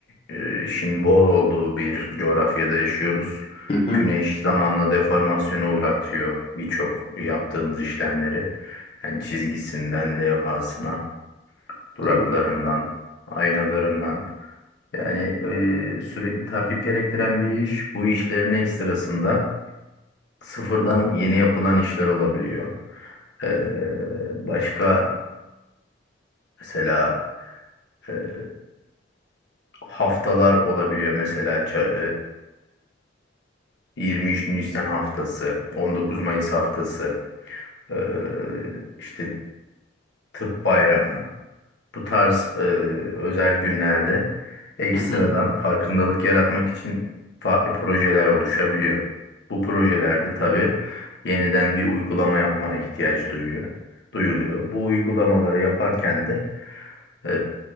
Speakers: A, on the left; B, on the left.
A: e, şimdi bol olduğu bir coğrafyada yaşıyoruz.
B: Hı hı.
A: Güneş zamanla deformasyona uğratıyor birçok yaptığımız işlemleri. Yani çizgisinden levhasına, duraklarından,
B: Hı
A: aynalarından. Yani e, sürekli takip gerektiren bir iş. Bu işlerin ekstrasında sıfırdan yeni yapılan işler olabiliyor. Ee, başka mesela e, haftalar olabiliyor. Mesela ça- e, 23 Nisan haftası, 19 Mayıs haftası, e, işte Tıp Bayramı. Bu tarz e, özel günlerde ekstradan
B: hı.
A: farkındalık yaratmak için farklı projeler oluşabiliyor. Bu projelerde tabii yeniden bir uygulama yapma ihtiyacı duyuyor, duyuluyor. Bu uygulamaları yaparken de Ee,